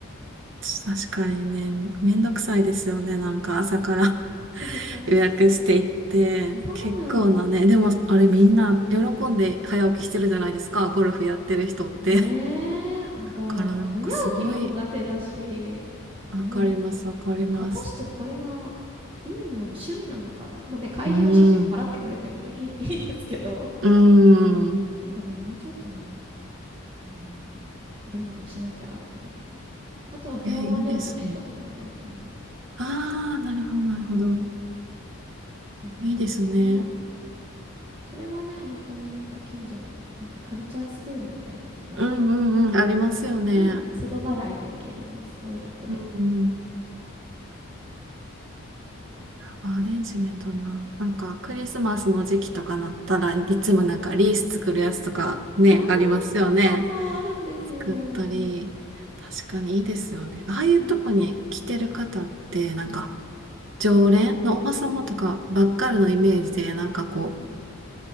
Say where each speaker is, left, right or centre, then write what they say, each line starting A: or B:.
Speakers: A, on the right; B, on the right.
A: 確かにね、めんどくさいですよね。なんか朝から <laughs>
B: そうそう。
A: 予約していって、
B: そうなんですよ。
A: 結構なね、でもあれみんな喜んで早起きしてるじゃないですか。ゴルフやってる人って。
B: ねえ、
A: だ
B: なんか、
A: からなんかすごい、
B: 早起きも苦手だし、
A: わかります、
B: ねえ、
A: わかります。
B: 果たしてこれは意味のある趣味なのか。まあね、会費は主人が払ってくれてるっていい、
A: うん。
B: <laughs> いいんですけど。
A: うん。
B: なんかね、もうちょっとなんか、うん、どうにかしなきゃと思って。あとはフラワーアレンジメントとかもやってます。
A: え、いいですね。ああ、なるほど、なるほど。
B: そんな感じかな。
A: いいですね。
B: それはね、本当になんか近所の、なんかカルチャースクールみたいなところで、
A: うんうんうん、ありますよね。
B: うん、都度払いで行けるんですごい楽で。
A: うんうん。アレンジメントな。なんか、クリスマスの時期とかなったらいつもなんかリース作るやつとかね、
B: ああ、
A: ありますよね。
B: そうそう、あるんですよ。
A: 作ったり。確かにいいですよね。ああいうとこに来てる方って、
B: そう。
A: なんか、
B: うん。
A: 常連のおば様とかばっかりのイメージで、
B: うん。
A: なんかこう、
B: うん